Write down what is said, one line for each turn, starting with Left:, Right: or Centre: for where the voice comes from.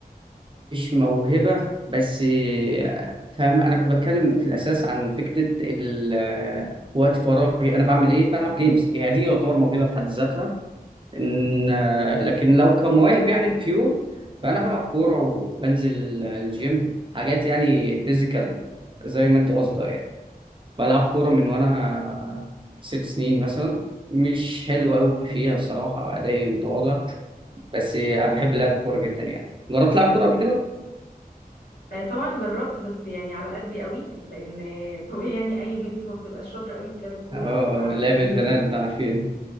Right: موهبة بس آه، فاهم أنا كنت بتكلم في الأساس عن فكرة ال- آه، وقت فراغي أنا بعمل إيه بلعب جيمز هي دي يعتبر موهبة في حد ذاتها إن آه، لكن لو كمواهب يعني بيور فأنا بلعب كورة وبنزل ال- الجيم حاجات يعني فيزيكال زي ما أنت قصدها يعني بلعب كورة من وأنا ست سنين مثلا مش حلو أوي فيها الصراحة أدائي متواضع بس آه، بحب لعب الكورة جدا يعني جربت تلعب كورة قبل كده؟
Left: آه، طبعا جربت بس يعني على قدي قوي لان طبيعي يعني اي بنت ما بتبقاش شاطرة قوي في لعب الكورة
Right: اه
Left: فتلاقيني
Right: آه، لعب البنات ده عارفين